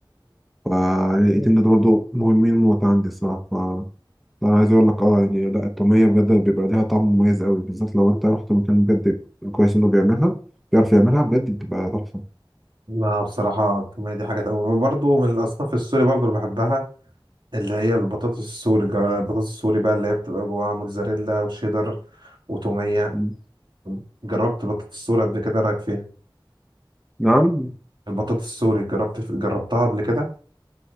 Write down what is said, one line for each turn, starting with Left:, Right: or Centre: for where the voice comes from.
Centre: فالاتنين
Right: مم.
Centre: دول برضو مهمين موت عندي الصراحه لا، انا عايز اقول لك اه يعني لا التوميه بجد بيبقى ليها طعم مميز قوي بالذات لو انت رحت مكان بجد كويس انه بيعملها بيعرف يعملها بجد بتبقى تحفه
Right: لا بصراحة التومية دي حاجة برضه من الأصناف السوري برضه اللي بحبها اللي هي البطاطس السوري جا- البطاطس السوري بقى اللي هي بتبقى جواها موتزاريلا وشيدر وتومية
Centre: مم.
Right: جربت بطاطس السوري قبل كده إيه رأيك فيها
Centre: نعم
Right: البطاطس السوري جربت جربتها قبل كده